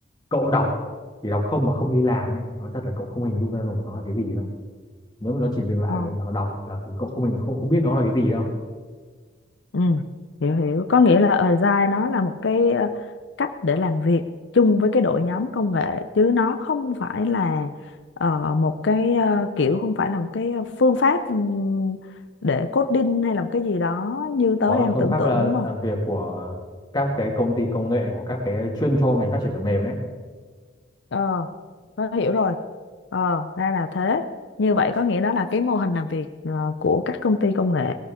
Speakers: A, on the left; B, on the left.
A: cậu đọc chỉ đọc không mà không đi làm ấy nói thật là cậu không hình dung ra nổi nó là cái gì đâu nếu mà nó chỉ dừng lại
B: Ờ,
A: ở việc nào đọc là thì cậu không hình không, không biết nó là cái gì đâu
B: ừ, hiểu hiểu. Có nghĩa là Agile nó là một cái ờ, cách để làm việc chung với cái đội nhóm công nghệ chứ nó không phải là ờ, một cái ờ, kiểu không phải là một cái phương pháp ừm, để coding hay là một cái gì đó như tớ
A: đó
B: đang
A: là phương
B: tưởng
A: pháp
B: tượng
A: là
B: đúng không?
A: làm việc của các cái công ty công nghệ của các cái chuyên cho ngành phát triển phần mềm đấy
B: ờ nó hiểu rồi ờ ra là thế như vậy có nghĩa đó là cái mô hình làm việc ờ, của các công ty công nghệ